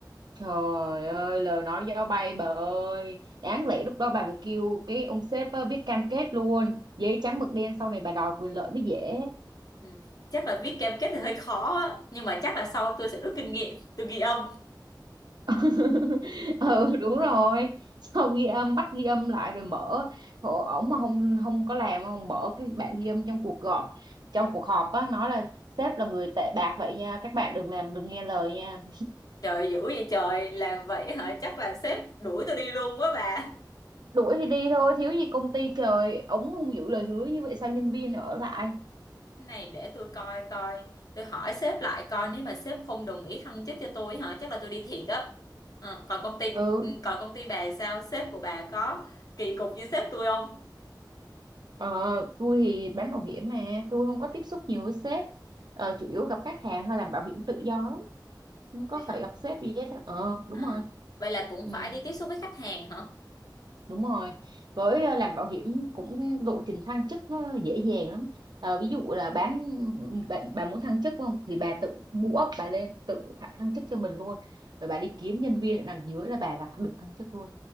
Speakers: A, on the right (about 65°); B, on the left (about 50°).
A: trời ơi lời nói giao bay bà ơi đáng lẽ lúc đó bà phải kêu cái ông sếp ờ, viết cam kết luôn giấy trắng mực đen sau này bà đòi quyền lợi mới dễ
B: Ừ. Chắc là viết cam kết thì hơi khó á Nhưng mà chắc là sau tôi sẽ rút kinh nghiệm Tôi ghi âm
A: <laughs> ừ đúng rồi xong ghi âm bắt ghi âm lại rồi mở Ồ, ổng mà không không có làm không mở cái bản ghi âm trong cuộc họp trong cuộc họp á nói là sếp là người tệ bạc vậy nha các bạn đừng làm đừng nghe lời nha
B: Trời dữ vậy trời Làm vậy hả Chắc là sếp đuổi tôi đi luôn quá bà
A: đuổi thì đi thôi thiếu gì công ty trời ổng không giữ lời hứa như vậy sao nhân viên ở lại
B: Cái Này để tôi coi coi Tôi hỏi sếp lại coi Nếu mà sếp không đồng ý thăng chức cho tôi hả Chắc là tôi đi thiệt á Ờ, Còn công ty
A: ừ
B: ừ, còn công ty bà sao Sếp của bà có kỳ cục như sếp tôi không
A: ờ, tôi thì bán bảo hiểm mà tôi không có tiếp xúc nhiều với sếp ờ, chủ yếu gặp khách hàng hay làm bảo hiểm tự do lắm không có
B: Vậy hả
A: phải gặp sếp gì hết á. ờ đúng
B: à,
A: rồi
B: Vậy là cũng
A: ừ
B: phải đi tiếp xúc với khách hàng hả
A: đúng rồi với ờ, làm bảo hiểm cũng lộ trình thăng chức nó dễ dàng lắm Ờ, ví dụ là bán bạn bà muốn thăng chức không thì bà tự mua ốc bà lên tự thăng thăng chức cho mình luôn rồi bà đi kiếm nhân viên ở đằng dưới là bà là được thăng chức luôn